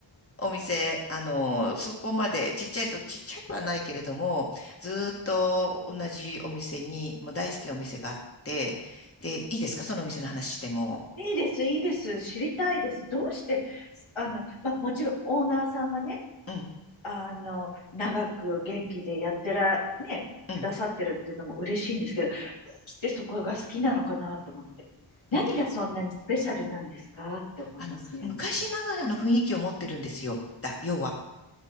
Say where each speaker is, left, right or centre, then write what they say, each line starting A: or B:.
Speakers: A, on the left (about 30°); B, on the left (about 85°).
A: お店、あの、そこまで、ちっちゃいと、ちっちゃくはないけれども、ずーっと同じお店に、もう大好きなお店があって、で、いいですかそのお店の話しても。
B: いいです、いいです。知りたいです。どうして、あの、ま、もちろんオーナーさんがね、
A: うん、
B: あの、長く元気でやってら、ね、
A: うん、
B: くださってるっていうのも嬉しいんですけど、どうしてそこが好きなのかなと思って。何がそんなにスペシャルなんですかって思いますね。
A: うん。あの、昔ながらの雰囲気を持ってるんですよ。だ、要は。